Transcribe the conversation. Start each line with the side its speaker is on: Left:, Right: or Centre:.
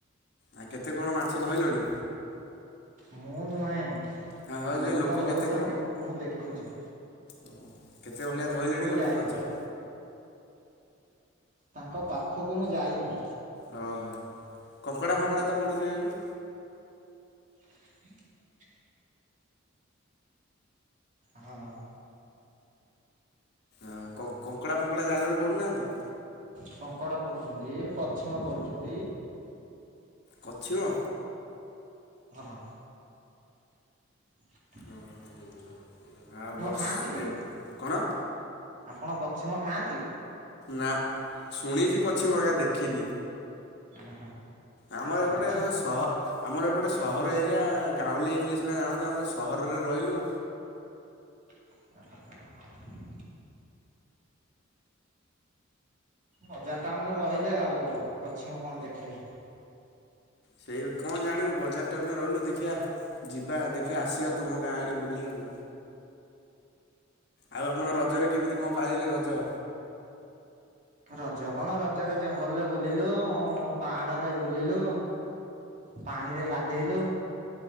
Left: -ଆ କେତେ କଣ ମାଛ ଧଇଲଣି?
Right: ମୁଁ ନୁହେଁ
Left: ହଁ ହଁ ଯେ
Right: ଲୋକ ଧରୁଚନ୍ତି
Left: କେତେ
Right: ମୁଁ ଦେଖୁଚି।
Left: ଓ କେତେ ଭଳିଆ ଧଇଲେଣି ଲୋକ
Right: ଯାଇନି
Left: ମାଛ?
Right: ତାଙ୍କ ପାଖକୁ ମୁଁ ଯାଇନି।
Left: ହଁ ହଁ କଙ୍କଡା ଫଙ୍କଡା ତ ପଡୁଥିବେ ବି।
Right: ଆ <inaudible> ହଁ।
Left: ଆ -କ- କଙ୍କଡା ଫଙ୍କଡା ଜାଲରେ ପଡୁନାହାନ୍ତି?
Right: କଙ୍କଡା ପଡୁଚନ୍ତି କଛପ ପଡୁଚନ୍ତି।
Left: କଛିମ।
Right: ହଁ। ହ <inaudible>
Left: ଓ ହ ଆଉ ବର୍ଷ୍
Right: ଖାଆନ୍ତି କି?
Left: ଏ -କଣ?
Right: ଆପଣ କଛିମ ଖାଆନ୍ତି?
Left: ନା ଶୁଣିଚି କିଛିମ ହେକା ଦେଖିନି।
Right: ଓହୋ
Left: ଆମ ଏପଟେ
Right: କଛିମ
Left: ଏରିଆର ସହ ଆମର ଏପଟେ ସହର ଏରିଆ ଗାଉଁଲି ହେଇଥିଲେ ସିନା ଜାଣନ୍ତୁ ଆମେ ତ ସହରରେ ରହିଲୁ।
Right: <inaudible> ବଜାର ଟାଉନ୍ ରେ ରହିଲେ ଆଉ କଛିମ କଣ ଦେଖିବେ।
Left: ସେଇ କଣ ଜାଣିବୁ ବଜାର ଟାଉନ୍ ରେ ରହିଲୁ ଦେଖିଆ ଯିବା ଦେଖିଆ ଆସିବା ତମ ଗାଁ ଆଡେ ବୁଲି ଆଉ। ଆଉ ଆପଣ ରଜରେ କେମିତି କଣ ପାଳିଲେ ରଜ?
Right: ରଜ କଣ ରଜରେ ଜଙ୍ଗଲରେ ବୁଲିଲୁ ପାହାଡରେ ବୁଲିଲୁ ପାଣିରେ ଗାଧେଇଲୁ।